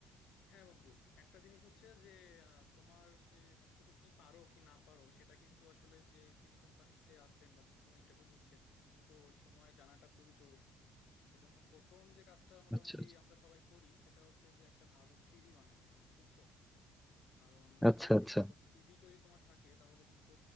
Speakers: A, on the left; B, in the centre.
A: হ্যাঁ বন্ধু একটা জিনিস হচ্ছে যে আহ, তোমার যে মানে তুমি কি পারো কি না পারো সেটা কিন্তু আসলে যে যিনি কোম্পানিতে আছেন বা যিনি তোমার ইন্টারভিউ নিচ্ছেন তিনি কিন্তু ওই সময় জানাটা খুবই জরুরি এজন্য প্রথম যে কাজটা মোটামুটি
B: আচ্ছা
A: আমরা সবাই করি সেটা হচ্ছে যে একটা ভালো সিভি বানানো বুঝছো কারণ
B: আচ্ছা
A: আহ, একটা
B: আচ্ছা
A: ভালো সিভি যদি তোমার থাকে তাহলে কিন্তু